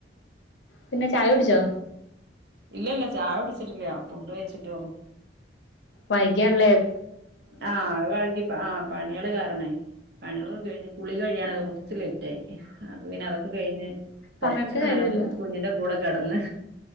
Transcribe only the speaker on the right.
ഇല്ല ല്ല ചായ കുടിച്ചിട്ടില്ല ഫുഡ് കഴിച്ചിട്ടേ ഉള്ളൂ.
ആഹ്‌ അഹ്‌ വഴികി ആഹ്‌ പണിയെള് കാരണേ. പണിയെളൊക്കെ കഴിഞ്ഞ് കുളി കഴിയാനൊക്കെ കൊറ്ച്ച് ലൈറ്റായി. അപ്പ പിന്നെ അതൊക്കെ കഴിഞ്ഞ് കൊറ്ച്ച്
നേരം
കുഞ്ഞിന്റെ കൂടെ കെടന്ന്